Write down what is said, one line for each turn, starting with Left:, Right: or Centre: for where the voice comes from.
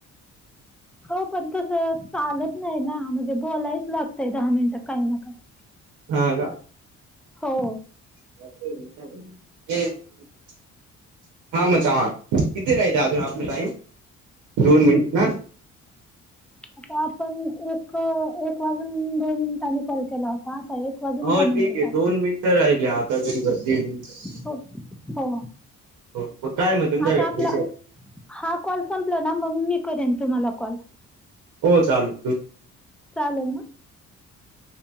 Centre: हो, पण तस चालत नाही ना म्हणजे बोलायचं लागतय दहा मिनिटं काही ना काही
Right: हा का
Centre: हो.
Right: <unintelligible> हा मग चावा कितीे हाईत त अजून आपला टाईम दोन मिनिट ना.
Centre: आता आपण एक एक वाजून दोन मिनिटांनी कॉल केला होता. आता एक वाजून
Right: हो
Centre: दहा
Right: ठीकये
Centre: मिनिटं झाले
Right: दोन मिनटं राहिले आता जरी ब दीड मिनिट
Centre: हो हो.
Right: हो मग काय मग तुमच्याकडे
Centre: आता आपला हा कॉल संपला ना म मी करीन तुम्हाला कॉल.
Right: हो चाल
Centre: चालेल ना.